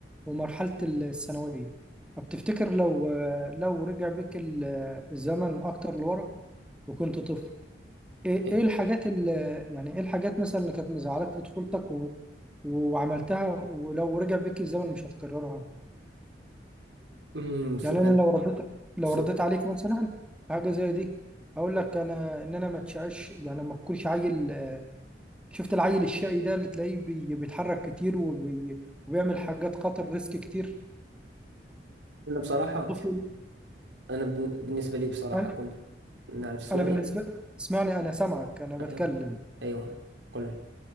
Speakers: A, in the centre; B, on the right (about 85°).
A: ومرحله الثانويه طب تفتكر لو آه، لو رجع بيك ال- آه، الزمن اكتر لورا وكنت طفل ايه
B: إيه،
A: إيه الحاجات اللي يعني ايه الحاجات مثلا اللي كانت مزعلك في طفولتك و- وعملتها ولو رجع بيك الزمن مش هتكررها
B: أمم، سؤال
A: يعني انا لو رديت لو
B: سؤال
A: رديت عليك مثلا في حاجه زي دي هقول لك انا ان انا ما تشعش يعني ما اكونش عيل شفت العيل الشقي ده اللي تلاقيه بي- بيتحرك كتير وبي وبيعمل حاجات خطر ريسك كتير
B: أنا بصراحة
A: طفل
B: انا بن- بالنسبه لي بصراحه
A: انا
B: كنت نعم تسمعني
A: أنا بالنسبه اسمعني انا سامعك انا بتكلم
B: آه، ايوه ايوه قل لي